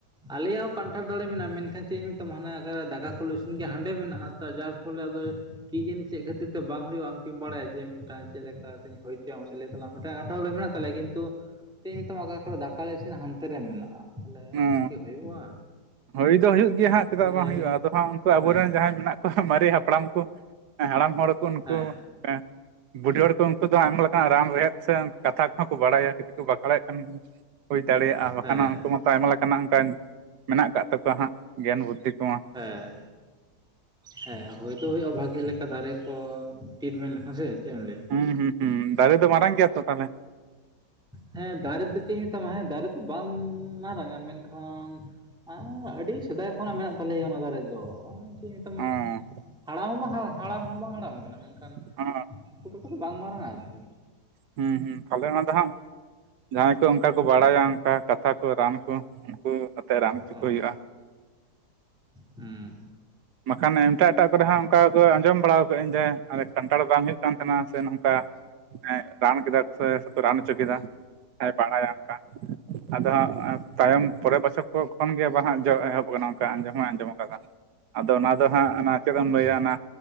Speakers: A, in the centre; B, on the right.
A: ᱟᱞᱮᱭᱟᱜ ᱦᱚᱸ ᱠᱟᱱᱴᱷᱟᱲ ᱫᱟᱨᱮ ᱢᱮᱱᱟᱜᱼᱟ ᱢᱮᱱᱠᱷᱟᱱ ᱪᱮ ᱪᱮᱫ ᱤᱧ ᱢᱮᱛᱟᱢᱟ ᱦᱟᱱᱮ ᱚᱠᱟ ᱨᱮ ᱫᱟᱠᱟ ᱠᱚᱞᱮ ᱤᱥᱤᱱ ᱜᱮᱭᱟ ᱦᱟᱸᱰᱮ ᱢᱮᱱᱟᱜᱼᱟ ᱛᱚ ᱡᱟᱨ ᱦᱚᱞᱟ ᱟᱫᱚ ᱠᱤ ᱡᱟᱹᱱᱤ ᱪᱮᱫ ᱠᱷᱟᱹᱛᱤᱨ ᱛᱮ ᱵᱟᱝ ᱦᱩᱭᱩᱜᱼᱟ ᱟᱢᱠᱤᱢ ᱵᱟᱲᱟᱭᱟ ᱡᱮ ᱢᱤᱫᱴᱟᱝ ᱪᱮᱫ ᱞᱮᱠᱟ ᱛᱮ ᱦᱩᱭ ᱪᱮᱫ ᱢᱟᱥᱮ ᱞᱟᱹᱭ ᱛᱟᱞᱟᱝ ᱢᱮ ᱢᱤᱫᱴᱮᱱ ᱠᱟᱱᱴᱷᱟᱲ ᱫᱟᱨᱮ ᱢᱮᱱᱟᱜ ᱛᱟᱞᱮᱭᱟ ᱠᱤᱱᱛᱩ ᱪᱮᱫ ᱤᱧ ᱢᱮᱛᱟᱢᱟ ᱚᱠᱟ ᱠᱚᱨᱮ ᱫᱟᱠᱟ ᱞᱮ ᱤᱥᱤᱱᱟ ᱦᱟᱱᱛᱮ ᱨᱮ ᱢᱮᱱᱟᱜᱼᱟ ᱛᱟᱞᱦᱮ
B: ᱦᱩᱸ
A: ᱚᱸᱰᱮ ᱠᱤ ᱦᱩᱭᱩᱜᱼᱟ?
B: ᱦᱩᱭ ᱫᱚ ᱦᱩᱭᱩᱜ ᱜᱮᱭᱟ ᱦᱟᱸᱜ ᱪᱮᱫᱟᱜ
A: ᱚᱱᱠᱟᱱ
B: ᱵᱟᱝ
A: ᱡᱟᱭᱜᱟ
B: ᱦᱩᱭᱩᱜᱼᱟ ᱟᱫᱚ ᱦᱟᱸᱜ ᱩᱱᱠᱩ ᱟᱵᱚ
A: ᱦᱮᱸ
B: ᱨᱮᱱ ᱡᱟᱦᱟᱸᱭ ᱢᱮᱱᱟᱜ ᱠᱚᱣᱟ ᱢᱟᱨᱮ ᱦᱟᱯᱲᱟᱢ ᱠᱚ ᱦᱮᱸ ᱦᱟᱲᱟᱢ ᱦᱚᱲ ᱠᱚ ᱩᱱᱠᱩ
A: ᱦᱮᱸ
B: ᱦᱮᱸ ᱵᱩᱰᱷᱤ ᱦᱚᱲ ᱠᱚ ᱩᱱᱠᱩ ᱫᱚ ᱟᱭᱢᱟ ᱞᱮᱠᱟᱱᱟᱜ ᱨᱟᱱ ᱨᱮᱦᱮᱫ ᱥᱮ ᱠᱟᱛᱷᱟ ᱠᱚ ᱦᱚᱸ ᱠᱚ ᱵᱟᱲᱟᱭᱟ ᱠᱟᱹᱴᱤᱡ ᱠᱚ ᱵᱟᱠᱷᱮᱲᱮᱫ ᱠᱷᱟᱱ ᱦᱩᱭ ᱫᱟᱲᱮᱭᱟᱜᱼᱟ ᱵᱟᱠᱷᱟᱱ
A: ᱦᱮᱸ
B: ᱱᱟᱦᱟᱜ ᱩᱱᱠᱩ ᱦᱚᱸ ᱟᱭᱢᱟ ᱞᱮᱠᱟᱱᱟᱜ ᱚᱱᱠᱟᱱ ᱢᱮᱱᱟᱜ ᱟᱠᱟᱫ ᱛᱟᱠᱚᱣᱟ ᱦᱟᱸᱜ ᱜᱮᱭᱟᱱ ᱵᱩᱫᱽᱫᱷᱤ ᱠᱚ ᱢᱟ
A: ᱦᱮᱸ ᱦᱮᱸ ᱦᱳᱭ ᱫᱚ ᱦᱳᱭᱳᱜᱼᱟ ᱵᱷᱟᱜᱮ ᱞᱮᱠᱟ ᱫᱟᱨᱮ ᱠᱚ ᱴᱨᱤᱴᱢᱮᱱᱴ ᱞᱮᱠᱷᱟᱱ ᱥᱮ ᱪᱮᱫ ᱮᱢ ᱞᱟᱹᱭᱟ?
B: ᱦᱩᱸ ᱦᱩᱸ ᱦᱩᱸ ᱫᱟᱨᱮ ᱫᱚ ᱢᱟᱨᱟᱝ ᱜᱮᱭᱟ ᱛᱚ ᱛᱟᱞᱦᱮ
A: ᱦᱮᱸ ᱫᱟᱨᱮ ᱫᱚ ᱪᱮᱫ ᱤᱧ ᱢᱮᱛᱟᱢᱟ ᱦᱮᱸ ᱫᱟᱨᱮ ᱫᱚ ᱵᱟᱝ ᱢᱟᱨᱟᱝᱟ ᱢᱮᱱᱠᱷᱟᱱ ᱟᱻ ᱟᱹᱰᱤ ᱥᱮᱫᱟᱭ ᱠᱷᱚᱱᱟᱜ ᱢᱮᱱᱟᱜ ᱛᱟᱞᱮᱭᱟ ᱚᱱᱟ ᱫᱟᱨᱮ ᱫᱚ ᱪᱮᱫ ᱤᱧ ᱢᱮᱛᱟᱢᱟ
B: ᱚᱸ
A: ᱦᱟᱲᱟᱢ ᱦᱚᱸ ᱵᱟᱝ ᱦᱟᱲᱟᱢ ᱦᱚᱸ ᱵᱟᱝ ᱦᱟᱲᱟᱢ ᱟᱠᱟᱱᱟ ᱢᱮᱱ ᱠᱷᱟᱱ
B: ᱚ
A: ᱯᱷᱳᱴᱳ ᱠᱚ ᱫᱚ ᱵᱟᱝ ᱢᱟᱨᱟᱝᱼᱟ ᱟᱨᱠᱤ
B: ᱦᱩᱸ ᱦᱩᱸ ᱛᱟᱦᱚᱞᱮ ᱚᱱᱟ ᱫᱚ ᱦᱟᱸᱜ ᱡᱟᱦᱟᱸᱭ ᱠᱚ ᱚᱱᱠᱟ ᱠᱚ ᱵᱟᱲᱟᱭᱟ ᱚᱱᱠᱟ ᱠᱟᱛᱷᱟ ᱠᱚ ᱨᱟᱱ ᱠᱚ ᱩᱱᱠᱩ ᱟᱛᱮᱜ ᱨᱟᱱ ᱚᱪᱚ
A: ᱚ
B: ᱠᱚ ᱦᱩᱭᱩᱜᱼᱟ।
A: ᱦᱩᱸ
B: ᱵᱟᱠᱷᱟᱱ ᱮᱴᱟᱜ ᱮᱴᱟᱜ ᱠᱚ ᱨᱮ ᱦᱚᱸ ᱚᱱᱠᱟ ᱫᱚ ᱟᱸᱡᱚᱢ ᱵᱟᱲᱟ ᱟᱠᱟᱜ ᱟᱹᱧ ᱡᱮ ᱠᱟᱱᱴᱷᱟᱲ ᱵᱟᱝ ᱦᱩᱭᱩᱜ ᱦᱩᱭᱩᱜ ᱠᱟᱱ ᱛᱟᱦᱮᱱᱟ ᱥᱮ ᱱᱚᱝᱠᱟ ᱨᱟᱱ ᱮᱸᱜ ᱠᱮᱫᱟ ᱠᱚ ᱥᱮ, ᱥᱮ ᱠᱚ ᱨᱟᱱ ᱚᱪᱚ ᱠᱮᱫᱟ ᱡᱟᱦᱟᱸᱭ ᱵᱟᱲᱟᱭᱟ ᱚᱱᱠᱟ ᱟᱫᱚ ᱦᱟᱸᱜ ᱮᱸ ᱛᱟᱭᱚᱢ ᱯᱚᱨᱮ ᱵᱚᱪᱷᱚᱨ ᱠᱚ ᱠᱷᱚᱱ ᱜᱮ ᱵᱟᱦᱟ ᱡᱚ ᱮᱦᱚᱵ ᱟᱠᱟᱱᱟ ᱚᱱᱠᱟ ᱟᱸᱡᱚᱢ ᱦᱚᱸ ᱟᱸᱡᱚᱢ ᱟᱠᱟᱫᱟ ᱟᱫᱚ ᱚᱱᱟ ᱫᱚ ᱦᱟᱸᱜ ᱚᱱᱟ
A: ᱚ
B: ᱪᱮᱫ ᱮᱢ ᱞᱟᱹᱭᱟ ᱚᱱᱟ